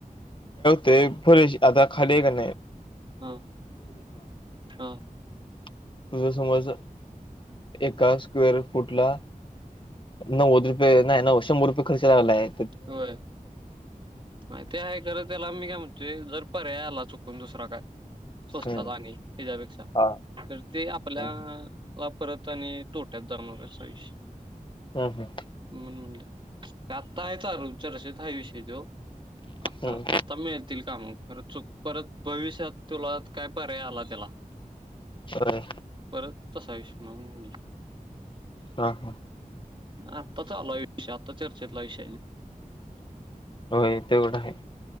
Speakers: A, on the left; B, on the right.
A: ते फरेज आता खाली क
B: हा हा
A: तुझ समज एका स्क्वेअर फुटला नव्वद रुपये नाही न शंभर रुपये खर्च लागला आहे
B: होय माहिती आहे खरं त्याला आ मी काय म्हण ते जर पर्यायला चुकून दुसरा काय स्वस्तात
A: हम्म
B: आणि हिच्यापेक्षा
A: हा
B: तर ते आपल्याला
A: हम्म
B: परत आणि तोट्यात जाण्यापेक्षा अश
A: हम्म
B: ह् ताक ता हाय चालू चर्चेत हाय विषय ो आता
A: हम्म
B: आता मिळतील काम पररतं चूक परत भविष्यात तुला यात काय पर्याय आला त्याला
A: होय
B: परत तसा विषय म्हणून म्हणलं.
A: हा हा
B: आताच आलाय विष चर्चेत <unintelligible>
A: व्हय तेवढं हाय.